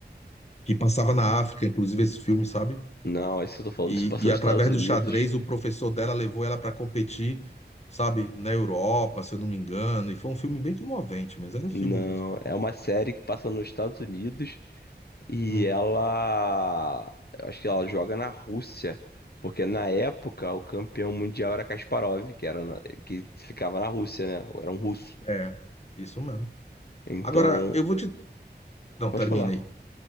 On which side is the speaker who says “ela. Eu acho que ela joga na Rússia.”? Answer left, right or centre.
Left